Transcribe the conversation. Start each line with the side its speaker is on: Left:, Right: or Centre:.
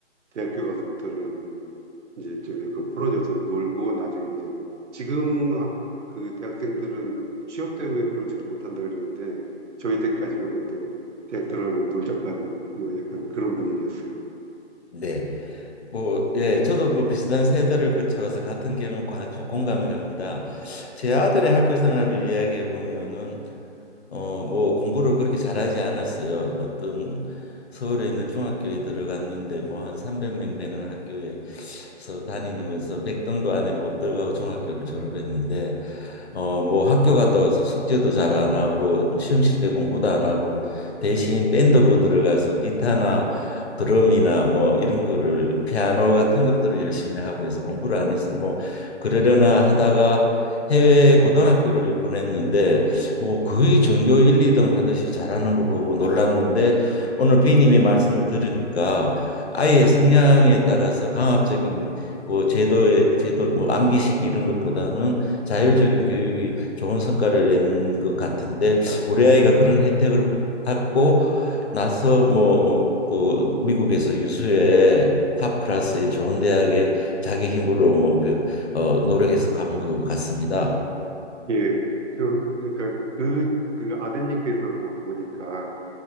Right: 대학교 가서부터는 이제 좀 약간 풀어져서 놀고 나중에 이제 지금 학- 그 대학생들은 취업 때문에 그러지도 못한다 그랬는데 저희 때까지만 해도 대학 들어가면 놀자판 뭐 약간 그런 분위기였어요.
Left: 네, 뭐, 예, 저도 뭐 비슷한 세대를 거쳐와서 같은 경험 아주 공감이 갑니다. 제 아들의 학교 생활을 이야기해 보면은 어, 뭐 공부를 그렇게 잘하지 않았어요. 어떤 서울에 있는 중학교에 들어갔는데 뭐 한 300명 되는 학교에서 다니면서 백등도 안에 못 들어가고 중학교를 졸업했는데 어, 뭐 학교 갔다 와서 숙제도 잘 안 하고 뭐 시험 칠 때 공부도 안 하고 대신 밴드부 들어가서 기타나 드럼이나 뭐 이런 거를 피아노 같은 것들을 열심히 하고 해서 공부를 안 해서 뭐 그러려나 하다가 해외 고등학교를 보냈는데 뭐 거의 전교 1, 2등 하듯이 잘하는 거 보고 놀랐는데 오늘 b 님의 말씀을 들으니까 아이의 성향에 따라서 강압적인 그 제도의 제도 뭐 암기식 이런 것보다는 자율적인 교육이 좋은 성과를 내는 것 같은데 우리 아이가 그런 혜택을 받고 나서 뭐 음, 그 미국에서 유수의 탑 클래스의 좋은 대학에 자기 힘으로 뭐 어, 노력해서 간 것 같습니다.
Right: 예, 저 그러니까 그 그 아드님께서도 보니까